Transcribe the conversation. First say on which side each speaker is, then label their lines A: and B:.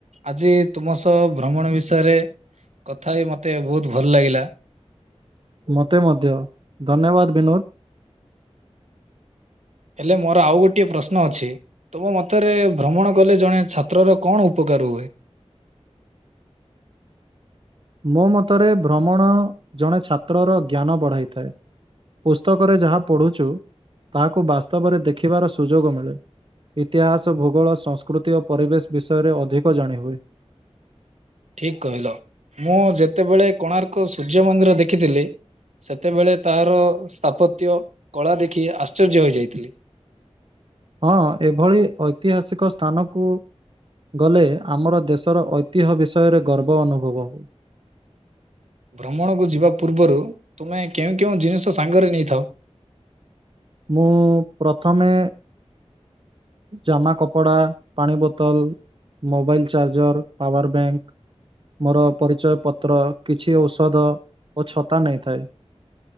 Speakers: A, on the right; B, on the right.
A: ଆଜି ତୁମ ସହ ଭ୍ରମଣ ବିଷୟରେ କଥା ହେଇ ମୋତେ ବହୁତ ଭଲ ଲାଗିଲା।
B: ମୋତେ ମଧ୍ୟ ଧନ୍ୟବାଦ ବିନୋଦ।
A: ହେଲେ ମୋର ଆଉ ଗୋଟିଏ ପ୍ରଶ୍ନ ଅଛି। ତମ ମତରେ ଭ୍ରମଣ କଲେ, ଜଣେ ଛାତ୍ରର କଣ ଉପକାର ହୁଏ?
B: ମୋ ମତରେ ଭ୍ରମଣ ଜଣେ ଛାତ୍ରର ଜ୍ଞାନ ବଢ଼ାଇଥାଏ। ପୁସ୍ତକରେ ଯାହା ପଢ଼ୁଛୁ ତାହାକୁ ବାସ୍ତବରେ ଦେଖିବାର ସୁଯୋଗ ମିଳେ। ଇତିହାସ, ଭୂଗୋଳ, ସଂସ୍କୃତି ଓ ପରିବେଶ ବିଷୟରେ ଅଧିକ ଜାଣିହୁଏ।
A: ଠିକ୍ କହିଲ ମୁଁ ଯେତେବେଳେ କୋଣାର୍କ ସୂର୍ଯ୍ୟ ମନ୍ଦିର ଦେଖିଥିଲି। ସେତେବେଳେ ତାହାର ସ୍ଥାପତ୍ୟ, କଳା ଦେଖି ଆଶ୍ଚର୍ଯ୍ୟ ହୋଇଯାଇଥିଲି।
B: ହଁ ଏଭଳି ଐତିହାସିକ ସ୍ଥାନକୁ। ଗଲେ ଆମର ଦେଶର ଐତିହ୍ୟ ବିଷୟରେ ଗର୍ବ ଅନୁଭବ ହୁଏ।
A: ଭ୍ରମଣକୁ ଯିବା ପୂର୍ବରୁ ତୁମେ କେଉଁ କେଉଁ ଜିନିଷ ସାଙ୍ଗରେ ନେଇଥାଅ?
B: ମୁଁ ପ୍ରଥମେ ଜାମା-କପଡା, ପାଣି ବୋତଲ ମୋବାଇଲ ଚାର୍ଜର ପାୱାର ବ୍ୟାଙ୍କ। ମୋର ପରିଚୟ ପତ୍ର କିଛି ଔଷଧ ଓ ଛତା ନେଇଥାଏ।